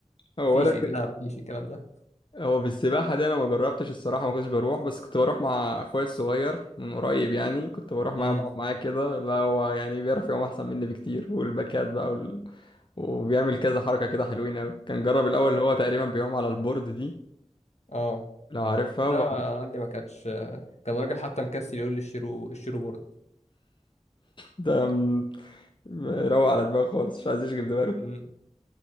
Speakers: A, on the left; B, on the left.
A: هو
B: مفيش
A: انا كنت
B: إيه لا مفيش الكلام ده
A: هو في السباحه دي انا ما جربتش الصراحه ما كنتش بروح بس كنت بروح مع اخويا الصغير من قريب يعني كنت بروح معاه
B: امم
A: بقعد معاه كده لا هو يعني بيعرف يعوم احسن مني بكتير والباكات بقى وال... وبيعمل كذا حركه كده حلوين قوي كان جرب الاول اللي هو تقريبا بيعوم على البورد دي
B: اه
A: لو عارفها
B: لا
A: وبعد
B: عندي ما كانتش كان راجل حتى مكسل يقول لي اشتروا اشتروا بورد
A: ده م- روق على دماغه خالص مش عايز يشغل دماغه
B: مم.